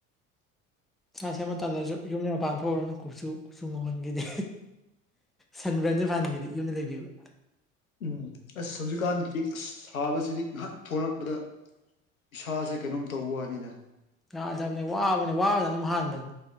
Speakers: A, in the centre; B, on the left.
A: ꯁꯥ ꯁꯦꯝꯕ ꯇꯜꯂꯁꯨ ꯌꯨꯝꯒꯤ ꯃꯄꯥꯟ ꯍꯧꯧꯔꯅ ꯀꯨꯞꯁꯨ ꯀꯨꯞꯁꯨ ꯉꯧꯍꯟꯈꯤꯗꯦ ꯁꯟꯕ꯭ꯔꯟꯁꯨꯦ ꯐꯍꯟꯈꯤꯗ ꯌꯨꯝꯗ ꯂꯩꯕꯤꯕ
B: ꯎꯝ ꯑꯁ ꯍꯧꯖꯤꯛꯀꯥꯟꯒꯤꯗꯤ ꯑꯁ ꯁꯥꯕꯁꯤꯗꯤ ꯉꯍꯥꯛ ꯊꯣꯛꯂꯛꯄꯗ ꯏꯁꯥꯁꯦ ꯀꯩꯅꯣꯝ ꯇꯧꯕ ꯋꯥꯅꯤꯗ
A: ꯌꯥꯗꯕꯅꯤ ꯋꯥꯕꯅꯤ ꯋꯥꯕꯅ ꯑꯗꯨꯝ ꯍꯥꯟꯕꯅꯤ